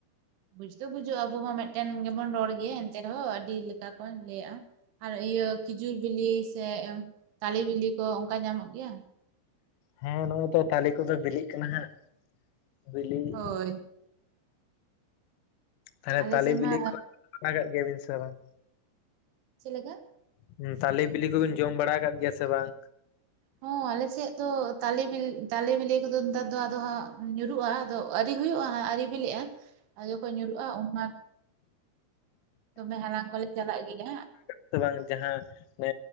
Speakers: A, on the right; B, on the left.
A: ᱵᱩᱡᱽ ᱫᱚ ᱵᱩᱡᱷᱩᱜᱼᱟ ᱟᱵᱚ ᱢᱟ ᱢᱤᱫᱴᱟᱝ ᱜᱮᱵᱚᱱ ᱨᱚᱲ ᱜᱮᱭᱟ ᱮᱱᱛᱮ ᱨᱮᱦᱚᱸ ᱟᱹᱰᱤ ᱞᱮᱠᱟ ᱠᱚ ᱞᱟᱹᱭᱟᱜ ᱼᱟ ᱟᱨ ᱤᱭᱟᱹ ᱠᱷᱤᱡᱩᱨ ᱵᱤᱞᱤ ᱥᱮ ᱛᱟᱞᱮ ᱵᱤᱞᱤ ᱠᱚ ᱚᱱᱠᱟ ᱧᱟᱢᱚᱜ ᱜᱮᱭᱟ
B: ᱦᱮᱸ ᱱᱚᱜ ᱚᱭ ᱛᱚ ᱛᱟᱞᱮ ᱠᱚᱫᱚ ᱵᱤᱞᱤᱜ ᱠᱟᱱᱟ ᱦᱟᱸᱜ ᱵᱤᱞᱤᱜ
A: ᱦᱳᱭ
B: ᱛᱟᱦᱞᱮ
A: ᱟᱞᱮ
B: ᱛᱟᱞᱮ
A: ᱥᱮᱫ
B: ᱵᱤᱞᱤ
A: ᱢᱟ
B: ᱠᱚ ᱡᱚᱢ ᱵᱟᱲᱟ ᱠᱟᱫ ᱜᱮᱭᱟᱵᱤᱱ ᱥᱮ ᱵᱟᱝ
A: ᱪᱮᱫ ᱞᱮᱠᱟ
B: ᱦᱩᱸ ᱛᱟᱞᱮ ᱵᱤᱞᱤ ᱠᱚᱵᱤᱱ ᱡᱚᱢ ᱵᱟᱲᱟ ᱟᱠᱟᱫ ᱜᱮᱭᱟ ᱥᱮ ᱵᱟᱝ?
A: ᱦᱚᱸ ᱟᱞᱮᱥᱮᱫ ᱫᱚ ᱛᱟᱞᱮ ᱵᱤᱞ ᱛᱟᱞᱮ ᱵᱤᱞᱤ ᱠᱚᱫᱚ ᱱᱮᱛᱟᱨ ᱫᱚ ᱟᱫᱚ ᱦᱟᱸᱜ ᱧᱩᱨᱩᱜᱼᱟ ᱾ ᱫᱚ ᱟᱹᱣᱨᱤ ᱦᱩᱭᱩᱜᱼᱟ ᱟᱹᱣᱨᱤ ᱵᱤᱞᱤᱜᱼᱟ ᱡᱚᱠᱷᱚᱱ ᱧᱩᱨᱦᱩᱜᱼᱟ ᱚᱱᱟ ᱫᱚᱢᱮ ᱦᱟᱞᱟᱝ ᱦᱚᱞᱮ ᱪᱟᱞᱟᱜ ᱜᱮᱭᱟ
B: ᱥᱮ ᱵᱟᱝ ᱡᱟᱦᱟᱸ ᱮ